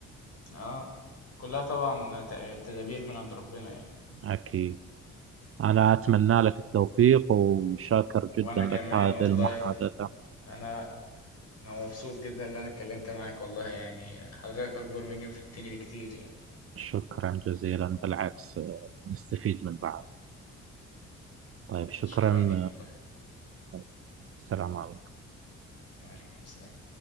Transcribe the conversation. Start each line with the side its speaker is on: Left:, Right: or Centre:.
Left: اه كلها طبعا ت- تدابير من عند ربنا يعني
Right: اكيد انا اتمنى لك التوفيق وشاكر جدا
Left: وانا
Right: لك
Left: كمان
Right: هذه
Left: والله
Right: المحادثة
Left: انا انا مبسوط جدا ان انا اتكلمت معاك والله يعني حضرتك اكبر مني وفتني بكتير يعني
Right: شكرا جزيلا بالعكس آه، نستفيد من بعض طيب شكرا
Left: شكرا ليك والله
Right: آه، السلام عليكم
Left: وعليكم السلام